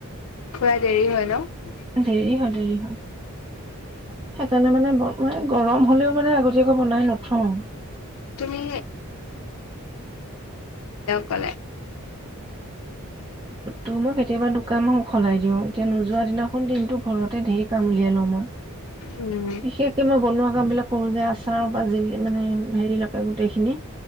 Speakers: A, on the left (about 75°); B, on the right (about 20°).
A: পুৰা দেৰি হয় ন।
B: দেৰি হয় দেৰি হয়। সেইকাৰণে মানে ম‌ই গৰম হলেও মানে আগতীয়াকৈ বনাই নথওঁ।
A: তুমি কলে?
B: তোৰ মোৰ কেতিয়াবা দোক কানো সলাই দিওঁ এতিয়া নোযোৱা দিন কোন দিনটো ঘৰত তে ধেৰ কাম উলিয়াই লও মই।
A: উম,
B: বিশেষকে মই বনোৱা কাম বিলাক কৰো যে আচাৰ বাজিল মানে হেৰিলকে গোটেই খিনি